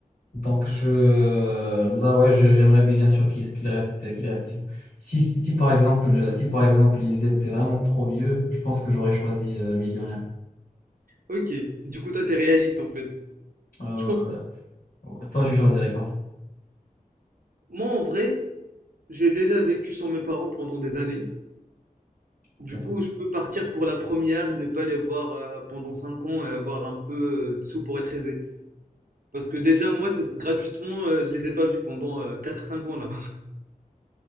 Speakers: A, on the left; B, on the right.
A: Donc je, là, ouais, je- j'aimerais bien sûr qu'ils qu'ils restent, qu'ils restent vivants. Si, si, si, par exemple, si par exemple ils étaient vraiment trop vieux, je pense que j'aurais choisi euh, millionnaire.
B: ok. Du coup, toi, t'es réaliste, en fait.
A: Euh,
B: Je comprends.
A: ouais. toi, tu choisirais quoi?
B: Moi, en vrai, j'ai déjà vécu sans mes parents pendant des années.
A: Ok.
B: Du coup, je peux partir pour la première, ne pas les voir euh, pendant 5 ans et avoir un peu euh, de sous pour être aisé. Parce que déjà, moi, c'est gratuitement, euh, je les ai pas vus pendant euh, quatre cinq ans, là.